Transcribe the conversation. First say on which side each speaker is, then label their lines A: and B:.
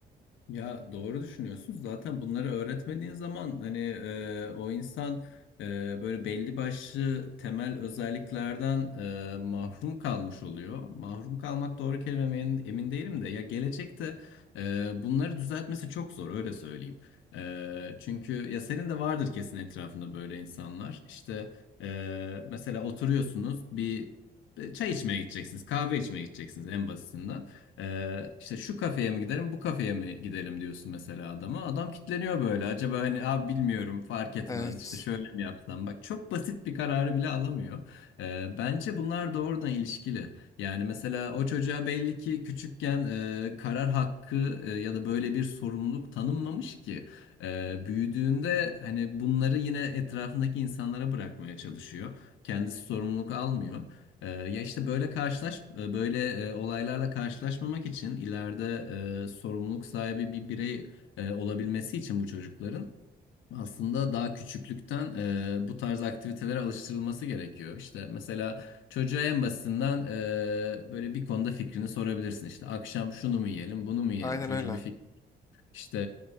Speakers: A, on the left; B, on the left.
A: Ya doğru düşünüyorsunuz. Zaten bunları öğretmediğin zaman hani e, o insan e, böyle belli başlı temel özelliklerden e, mahrum kalmış oluyor. Mahrum kalmak doğru kelime mi emin, emin değilim de ya gelecekte e, bunları düzeltmesi çok zor öyle söyleyeyim. E, çünkü ya senin de vardır kesin etrafında böyle insanlar. İşte e, mesela oturuyorsunuz bir çay içmeye gideceksiniz, kahve içmeye gideceksiniz en basitinden. Ee, işte şu kafeye mi gidelim, bu kafeye mi gidelim diyorsun mesela adama. Adam kitleniyor böyle. Acaba hani abi bilmiyorum, fark etmez.
B: Evet.
A: İşte şöyle mi yapsam? Bak çok basit bir kararı bile alamıyor. Ee, bence bunlar doğrudan ilişkili. Yani mesela o çocuğa belli ki küçükken e, karar hakkı e, ya da böyle bir sorumluluk tanınmamış ki. E, büyüdüğünde hani bunları yine etrafındaki insanlara bırakmaya çalışıyor. Kendisi sorumluluk almıyor. Ee, ya işte böyle karşılaş e, böyle e, olaylarla karşılaşmamak için ileride e, sorumluluk sahibi bir birey e, olabilmesi için bu çocukların aslında daha küçüklükten e, bu tarz aktivitelere alıştırılması gerekiyor. İşte mesela çocuğa en basitinden e, böyle bir konuda fikrini sorabilirsin. İşte akşam şunu mu yiyelim, bunu mu yiyelim?
B: Aynen
A: Çocuğun
B: öyle.
A: bir işte